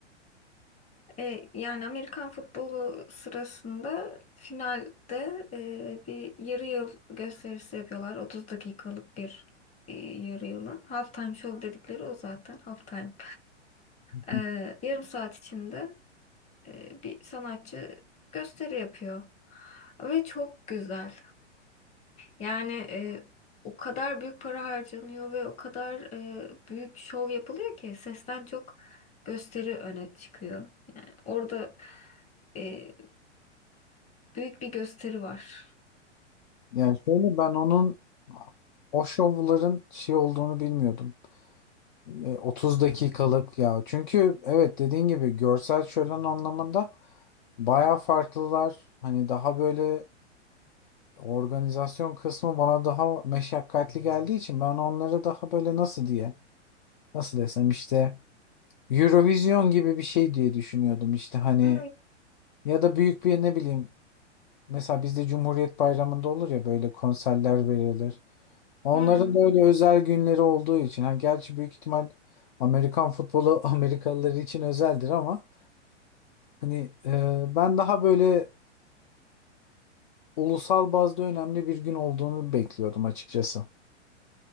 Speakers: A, on the left; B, on the left.
A: E, yani Amerikan futbolu sırasında finalde e, bir yarı yıl gösterisi yapıyorlar. 30 dakikalık bir e, yarı yılın. Halftime show dedikleri o zaten halftime.
B: <laughs>
A: E, yarım saat içinde. e, bir sanatçı gösteri yapıyor. Ve çok güzel. Yani e, o kadar büyük para harcanıyor ve o kadar e, büyük şov yapılıyor ki sesten çok gösteri öne çıkıyor. Yani orada e, büyük bir gösteri var.
B: Yani şöyle ben onun o şovların şey olduğunu bilmiyordum. E, 30 dakikalık ya. Çünkü evet dediğin gibi görsel şölen anlamında bayağı farklılar. Hani daha böyle Organizasyon kısmı bana daha meşakkatli geldiği için ben onları daha böyle nasıl diye nasıl desem işte Eurovision gibi bir şey diye düşünüyordum işte hani
A: Ha,
B: ya da büyük bir ne bileyim mesela bizde Cumhuriyet Bayramı'nda olur ya böyle konserler verilir. Onların
A: Hı hı.
B: da öyle özel günleri olduğu için ha gerçi büyük ihtimal Amerikan futbolu <laughs> Amerikalılar için özeldir ama hani e, ben daha böyle ulusal bazda önemli bir gün olduğunu bekliyordum açıkçası.